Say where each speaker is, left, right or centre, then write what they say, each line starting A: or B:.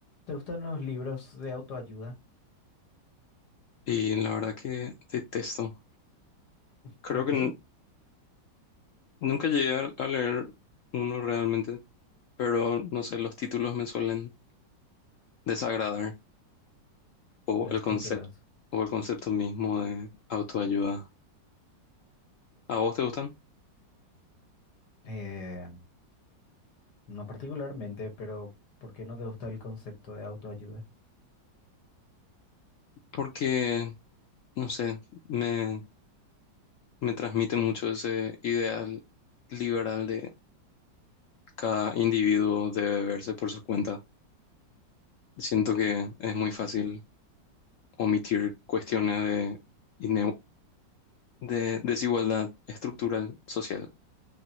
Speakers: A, on the left; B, on the left.
A: ¿Te gustan los libros de autoayuda?
B: Y la verdad que detesto. Creo
A: ¿Por qué?
B: que n- nunca llegué a, a leer uno realmente, pero no sé, los títulos me suelen desagradar o
A: Los
B: el concepto
A: títulos.
B: o el concepto mismo de autoayuda. ¿A vos te gustan?
A: Eh, no particularmente, pero ¿por qué no te gusta el concepto de autoayuda?
B: Porque, no sé, me, me transmite mucho ese ideal liberal de cada individuo debe verse por su cuenta. Siento que es muy fácil omitir cuestiones de, ine- de desigualdad estructural social